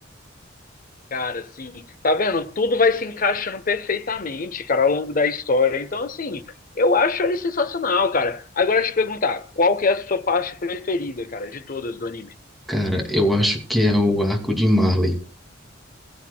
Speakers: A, on the left (about 45°); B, in the centre.
A: Cara, assim, tá vendo? Tudo vai se encaixando perfeitamente, cara, ao longo da história. Então, assim, eu acho ele sensacional, cara. Agora, te perguntar, qual que é a sua parte preferida, cara, de todas do anime?
B: Cara, eu acho que é o arco de Marley.